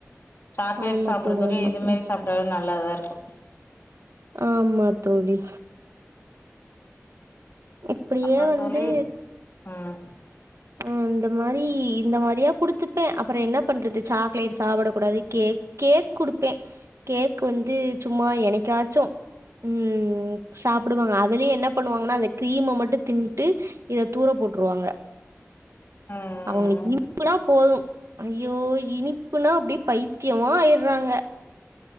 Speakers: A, on the left; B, on the right.
A: சாக்லெட்
B: ஆமா
A: சாப்பறதுடே
B: தோழி ஆமா
A: இது
B: தோழி
A: மேரி சாப்ட்டாலு நல் நல்லாதா இருக்கு
B: ஆமா தோழி அப்பிடியே
A: அப்புறோ
B: வந்து
A: தோழி ம்
B: ஆ அந்த மாரி இந்த மாரியா குடுத்துப்பே அப்புறோ என்ன பண்றது சாக்லேட் சாப்பிட கூடாது கேக் கேக் குடுப்பே கேக் வந்து சும்மா என்னிக்காச்சு ம் சாப்புடுவாங்க அதுலியே என்ன பண்ணுவாங்கன்னா அந்த கிரீம்ம மட்டு தின்னுட்டு இத தூர போட்டுருவாங்க
A: ம்
B: அவங்களுக்கு இனிப்புனா போது ஐயோ இனிப்புனா அப்பிடி பைத்தியமா ஆய் ராங்க